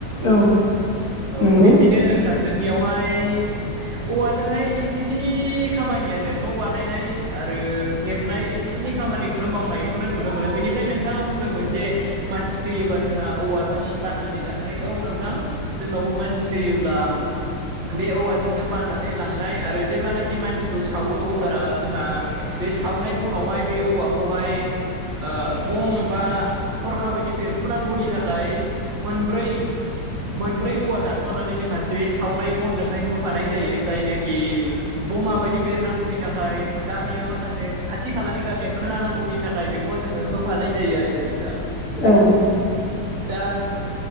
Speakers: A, on the left; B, on the right.
A: औ
B: औ
A: नंगौ
B: बिदिनो नोंथां। जोंनियावहाय औवाजोंहाय एसेखिनि खामानियानो न' बानायनाय आरो। हेबनाय एसेखिनि खामानिखौनो मावनायखौनो नुनो मोनो बेनिफ्राय नोंथाङा बुंदोंमोन जे मानसि थैयोबा जोंहा औवाजों बाननानै लांनाय औ नोंथां जोंनावबो मानसि थैयोब्ला बे औवाजोंनो बाननानै लांनाय आरो जेब्लानाखि मानसिखौ सावो अब्लाना जोंहा बे सावनाय बनावहाय बे औवाखौहाय ओ बम बा हरखा ऐदि बेरफुनांगौनि थाखाय मोनब्रै मोनब्रै औवा दानस'नानै जोंहा से सावनाय बनजोंहाय होफानाय जायो जायनाखि बमा बायदि बेरनांगौनि थाखाय गामिया मा खासे खाथि खालानि गामिया खोनानांगौनि थाखाय बेखौ जोङो होफानाय जायो आरोखि नोंथां।
A: औ।
B: दा